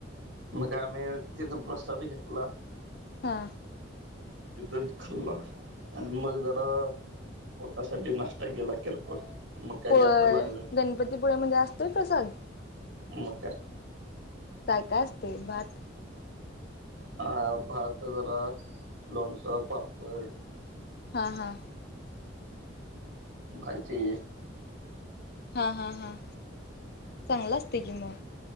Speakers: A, on the right; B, on the left.
A: म काय आम्ही तिथं प्रसाद घेतला.
B: हां
A: तिथंच खल्ला आणि मग जरा पोटासाठी नाश्ता केेला किरकोळ मग काय
B: होय
A: जास्त लागलं नाही
B: गणपतीपुळेमध्ये असतोय प्रसाद?
A: मग काय
B: काय काय असतय भात?
A: हा. भात जरा लोणचं, पापड.
B: हां. हां.
A: भाजी.
B: हा हा हा. चांगल असतय की म.